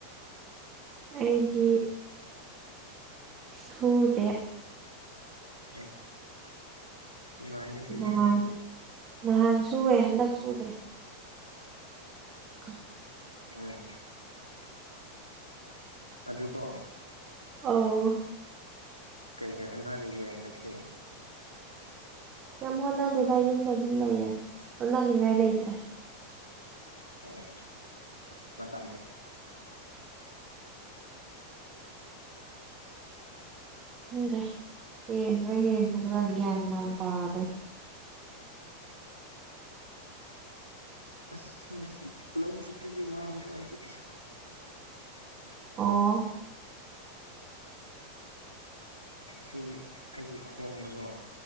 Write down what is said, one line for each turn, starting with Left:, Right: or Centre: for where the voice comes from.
Right: ꯑꯩꯗꯤ ꯁꯨꯗꯦ
Left: ꯑꯦ ꯅꯨꯡꯉꯥꯏꯅ ꯑꯗꯨꯗꯤ
Right: ꯅꯍꯥꯟ ꯅꯍꯥꯟ ꯁꯨꯌꯦ ꯍꯟꯗꯛ ꯁꯨꯗ꯭ꯔꯦ ꯑ
Left: ꯑꯣ ꯑꯗꯨꯀꯣ
Right: ꯑ
Left: ꯀꯩ ꯀꯩ ꯍꯣꯠꯅꯔꯤꯒꯦ ꯅꯠꯇꯦ
Right: ꯀꯩ ꯍꯣꯠꯅꯗꯅ ꯌꯨꯝꯗ ꯑꯗꯨꯝ ꯂꯩꯌꯦ ꯍꯣꯠꯅꯅꯤꯡꯉꯥꯏ ꯂꯩꯇ꯭ꯔꯦ
Left: ꯑꯣ ꯃꯇꯝ ꯍꯦꯛ
Right: ꯈ꯭ꯔꯦ ꯌꯦꯕ꯭ꯔꯣ ꯌꯦ ꯇꯕ꯭ꯔꯣꯒꯌꯥꯥꯟꯗ ꯍꯥꯏ꯭ꯔꯦ
Left: ꯑꯁ ꯉ ꯂꯧ ꯆꯠꯄꯒꯤ ꯋꯥꯕꯗꯣ ꯑꯩꯗꯤ
Right: ꯑꯣ
Left: ꯁꯤ ꯑꯩꯒꯤ ꯈꯣꯡꯅꯀꯣ